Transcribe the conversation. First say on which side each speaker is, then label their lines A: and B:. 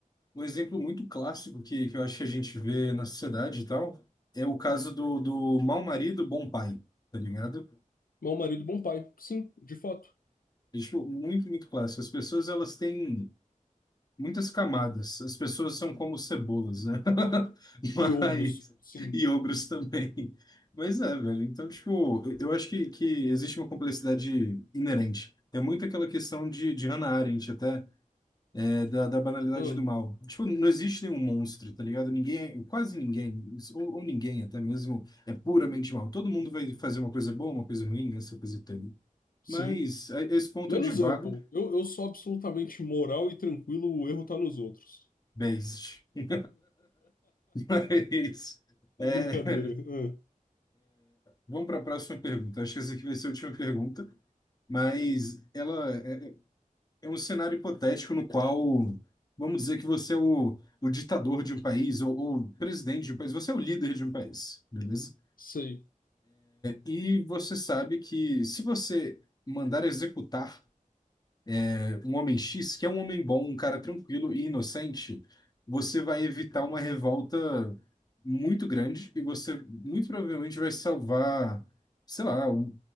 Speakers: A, on the left; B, on the left.
A: Um exemplo muito clássico que, que eu acho que a gente vê na sociedade e tal é o caso do, do mau marido, bom pai, tá ligado?
B: Mau marido, bom pai. Sim, de fato.
A: É, tipo, muito, muito clássico. As pessoas, elas têm muitas camadas. As pessoas são como cebolas, né? <laughs> Mas...
B: E ogros. Sim.
A: E ogros também. Mas é, velho. Então, tipo, eu acho que, que existe uma complexidade inerente. É muito aquela questão de, de Hannah Arendt, até. É da, da banalidade
B: Hum,
A: do mal. Tipo, não existe nenhum monstro, tá ligado? Ninguém, é, quase ninguém, ou, ou ninguém até mesmo, é puramente mal. Todo mundo vai fazer uma coisa boa, uma coisa ruim, né? essa coisa toda.
B: sim.
A: Mas é- é esse ponto
B: Menos
A: de vago,
B: eu, pô. Eu, eu sou absolutamente moral e tranquilo, o erro tá nos outros.
A: based. <laughs> Mas, é,
B: <laughs> Brincadeira. Hum,
A: vamos para a próxima pergunta. Acho que essa aqui vai ser a última pergunta, mas ela é, é um cenário hipotético no qual, vamos dizer que você é o, o ditador de um país ou, ou presidente de um país, você é o líder de um país, beleza?
B: sei.
A: E você sabe que se você mandar executar é, um homem X, que é um homem bom, um cara tranquilo e inocente, você vai evitar uma revolta muito grande e você muito provavelmente vai salvar, sei lá, um-